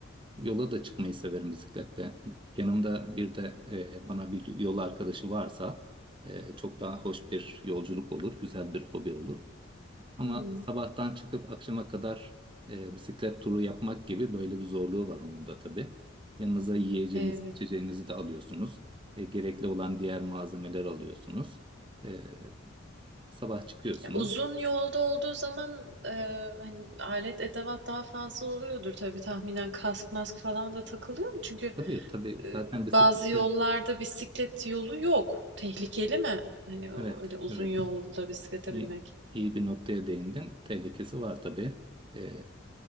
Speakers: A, on the right; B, on the right.
A: yola da çıkmayı severim bisikletle. Yanımda bir de e, bana bir yol arkadaşı varsa e, çok daha hoş bir yolculuk olur, güzel bir hobi olur. Ama
B: Hmm,
A: sabahtan çıkıp akşama kadar e, bisiklet turu yapmak gibi böyle bir zorluğu var onun da tabii. Yanınıza yiyeceğiniz,
B: evet.
A: içeceğinizi de alıyorsunuz. E, gerekli olan diğer malzemeleri alıyorsunuz. E, sabah çıkıyorsunuz.
B: Ya uzun yolda olduğu zaman e, hani alet edevat daha fazla oluyordur tabii tahminen kask mask falan da takılıyor mu? Çünkü
A: Tabii tabii
B: e,
A: zaten bisiklette
B: bazı yollarda bisiklet yolu yok. Tehlikeli mi? Hani o-
A: evet
B: öyle uzun
A: evet
B: yolda bisiklete
A: iyi,
B: binmek.
A: iyi bir noktaya değindin. Tehlikesi var tabii. E,